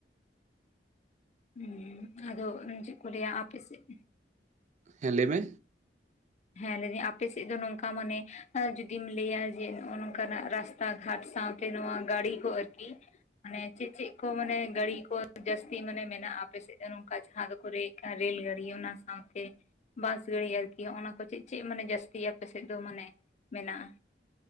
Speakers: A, on the left (about 40°); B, on the right (about 45°).
A: ᱦᱩᱸ, ᱟᱫᱚ ᱪᱮᱜ ᱠᱚ ᱞᱟᱹᱭᱟ ᱟᱯᱮᱥᱮᱫ
B: ᱦᱮᱸ ᱞᱮ ᱢᱮ᱾
A: ᱦᱮᱸ, ᱞᱟᱹᱭ ᱫᱟᱹᱧ ᱟᱯᱮ ᱥᱮᱫ ᱫᱚ ᱱᱚᱝᱠᱟ ᱢᱟᱱᱮ ᱡᱩᱫᱤᱢ ᱞᱟᱹᱭᱟ ᱡᱮ ᱱᱚᱜᱚ ᱱᱚᱝᱠᱟᱱᱟᱜ ᱨᱟᱥᱛᱟ ᱜᱷᱟᱴ ᱥᱟᱶᱛᱮ ᱱᱚᱣᱟ ᱜᱟᱹᱲᱤ ᱠᱚ ᱟᱹᱨᱠᱤ ᱢᱟᱱᱮ ᱪᱮᱫ ᱪᱮᱫ ᱠᱚ ᱢᱟᱱᱮ ᱜᱟᱲᱤ ᱠᱚ ᱡᱟᱹᱥᱛᱤ ᱢᱟᱱᱮ ᱢᱮᱱᱟᱜ-ᱟ ᱟᱯᱮᱥᱮᱫ ᱫᱚ ᱱᱚᱝᱠᱟ ᱡᱟᱦᱟᱸ ᱫᱚᱠᱚ ᱨᱮ ᱨᱮᱞ ᱜᱟᱲᱤ ᱚᱱᱟ ᱥᱟᱶᱛᱮ ᱵᱟᱥ ᱜᱟᱲᱤ ᱟᱨᱠᱤ ᱦᱚᱜ-ᱚ ᱱᱟ ᱠᱚ ᱪᱮᱜ ᱪᱮᱜ ᱢᱟᱱᱮ ᱡᱟᱹᱥᱛᱤ ᱟᱯᱮ ᱥᱮᱫ ᱫᱚ ᱢᱟᱱᱮ ᱢᱮᱱᱟᱜ-ᱟ?